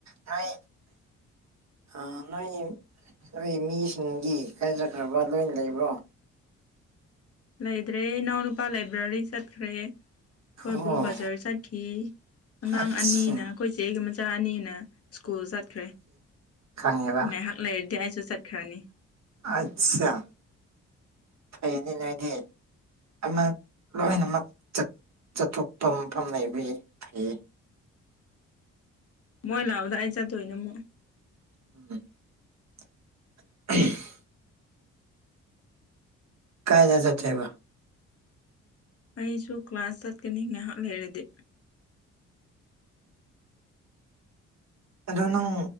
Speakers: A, on the right (about 45°); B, on the left (about 40°).
A: ꯅꯥꯏ ꯑ ꯅꯣꯏ ꯅꯣꯏ ꯃꯤꯁꯤꯡꯗꯤ ꯀꯥꯏ ꯆꯠꯈ꯭ꯔꯕ ꯂꯣꯏꯅ ꯂꯩꯕ꯭ꯔꯣ
B: ꯂꯩꯗ꯭ꯔꯦ ꯏꯅꯥꯎ ꯅꯨꯄꯥ ꯂꯥꯏꯕ꯭ꯔꯦꯔꯤ ꯆꯠꯈ꯭ꯔꯦ ꯑꯩꯈꯣꯏ
A: ꯑꯣ
B: ꯕꯣꯛ ꯕꯖꯥꯔ ꯆꯠꯈꯤ ꯑꯉꯥꯡ
A: ꯑꯠꯁꯥ
B: ꯑꯅꯤꯅ ꯑꯩꯈꯣꯏ ꯏꯆꯦ ꯑꯩꯒꯤ ꯃꯆꯥ ꯑꯅꯤꯅ ꯁ꯭ꯀꯨꯜ ꯆꯠꯈ꯭ꯔꯦ
A: ꯈꯪꯉꯦꯕ
B: ꯉꯥꯏꯍꯥꯛ ꯂꯩꯔꯗꯤ ꯑꯩꯁꯨ ꯆꯠꯈ꯭ꯔꯅꯤ
A: ꯑꯠꯁꯥ ꯐꯩꯅꯦ ꯅꯣꯏꯗꯤ ꯑꯃ ꯂꯣꯏꯅꯃꯛ ꯆꯠꯊꯣꯛꯄ ꯃꯐꯝ ꯂꯩꯕꯒꯤ ꯐꯩ
B: ꯃꯣꯏ ꯂꯥꯛꯑꯕꯗ ꯑꯩ ꯆꯠꯇꯣꯏꯅ ꯑꯃꯨꯛ
A: <unintelligible> <unintelligible> ꯀꯥꯏꯗ ꯆꯠꯇꯣꯏꯕ
B: ꯑꯩꯁꯨ ꯀ꯭ꯂꯥꯁ ꯆꯠꯀꯅꯤ ꯉꯥꯏꯍꯥꯛ ꯂꯩꯔꯗꯤ
A: ꯑꯗꯨ ꯅꯪ